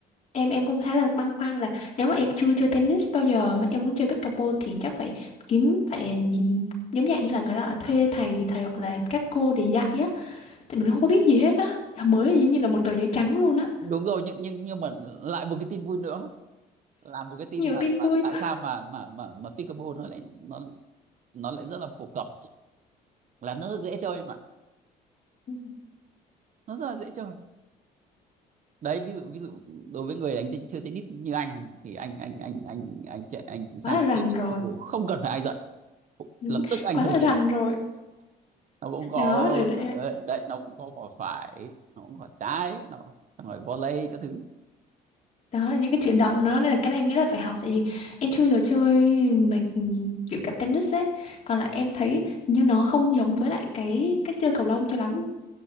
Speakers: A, on the left; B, on the right.
A: em em cũng khá là băn khoăn là nếu mà em chưa chơi tennis bao giờ mà em muốn chơi pickleball thì chắc phải kiếm phải nhìn giống dạng như là người ta ở thuê thầy thầy hoặc là các cô để dạy á thì mình không có biết gì hết á Dạ, mới giống như là một tờ giấy trắng luôn á
B: đúng rồi nhưng nhưng nhưng mà lại một cái tin vui nữa là một cái tin
A: nhiều
B: mà,
A: tin
B: mà
A: vui
B: tại
A: quá
B: sao mà mà mà mà pickleball nó lại nó nó lại rất là phổ cập là nó rất dễ chơi mà
A: Ừ.
B: nó rất là dễ chơi đấy ví dụ ví dụ đối với người đánh t- chơi tennis như anh thì anh anh anh anh anh chạy anh sang
A: quá là rành
B: chơi pickleball
A: rồi
B: không cần phải ai dạy
A: đúng
B: lập tức anh
A: quá
B: có
A: là
B: thể
A: rành
B: chơi
A: rồi
B: nó cũng có
A: đó là là-
B: ờ, đấy nó cũng có cỏ phải nó cũng có quả trái nó xong rồi volley các thứ
A: đó là những cái chuyển động nó nên là cái này em nghĩ là phải học tại vì em chưa giờ chơi mấy kiểu cả tennis ấy còn lại em thấy hình như nó không giống với lại cái cách chơi cầu lông cho lắm